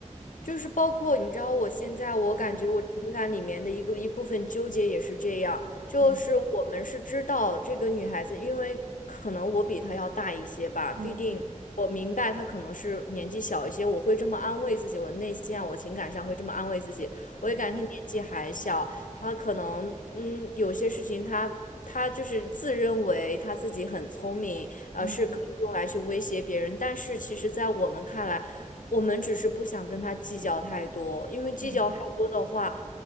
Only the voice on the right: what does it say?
嗯
嗯
嗯嗯
嗯
嗯
嗯，